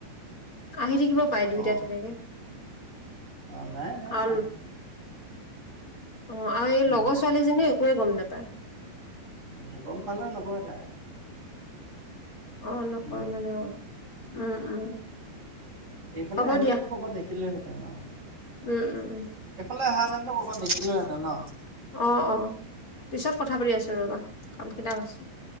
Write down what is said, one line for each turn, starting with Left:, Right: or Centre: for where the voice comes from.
Left: আহি থাকিব পাই
Right: অ',
Left: দুইটাত তেনেকে
Right: অ', নাই নাই
Left: আল
Right: নাহে
Left: অ অ, আৰু এই
Right: উম,
Left: লগৰ ছোৱালীজনীয়ে একোৱে গম নেপায়।
Right: উম উ উ, গম পালেও নকয় তাই।
Left: অ নকয়
Right: উম,
Left: মানে আৰু উম উম।
Right: এইফালে
Left: হ'ব
Right: আহিলেতো
Left: দিয়া
Right: কৰবাত দেখিলোহেঁতেন আৰু
Left: উম উম উম
Right: এইফালে আহাহেতেনতো কৰ'বাত দেখিলেওহেতেন ন।
Left: অঁ অ অ অ, পিছত কথা পাতি আছো ৰবা কাম কেইটা আছে।